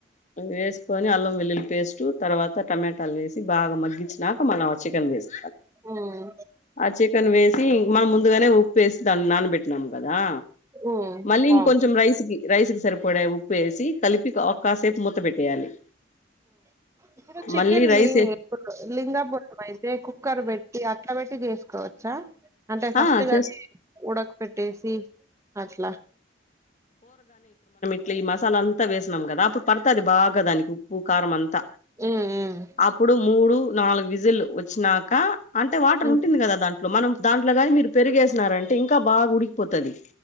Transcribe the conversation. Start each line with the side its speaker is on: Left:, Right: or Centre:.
Left: వేస్కొని అల్లం వెల్లులి పేస్ట్ తర్వాత టమాటాలేసి బాగా మగ్గిచినాక మనం చికెన్ వేస్
Right: ఉమ్
Left: ఆ చికెన్ వేసి మనం ముందుగానే ఉప్పేసి దాన్ని నానబెట్టినాం గద్ దా
Right: ఉమ్
Left: మళ్ళీ ఇంకొంచెం
Right: అవును
Left: రైసుకి రైసుకి సరిపోడే ఉప్పేసి కలిపి ఒ కాసేపు మూత పెట్టేయాలి
Right: ఇప్పుడు చికెన్ని
Left: మళ్ళీ రైస్
Right: ఇప్పు లింగాపురం అయితే కుక్కర్ బేట్టి అట్ల పెట్టి జేస్ కోవచ్చా అంటే ఫస్ట్
Left: ఆ చేస్
Right: దాన్ని ఉడక్ పెట్టేసి అట్లా
Left: ట్లీ ఈ మసాలాంతా వేస్నామ్ గదా అప్పుడు పడతది బాగా దానికి ఉప్పు కారమంతా
Right: ఉమ్ ఉమ్
Left: అప్పుడు మూడు నాలుగు విజిల్లు వచ్చినాక అంటే వాటర్
Right: ఉమ్
Left: ఉంటుంది గదా దాంట్లో మనం దాంట్లో గాని మీరు పెరిగేస్ నారంటే ఇంక బాగ ఉడికిపోతది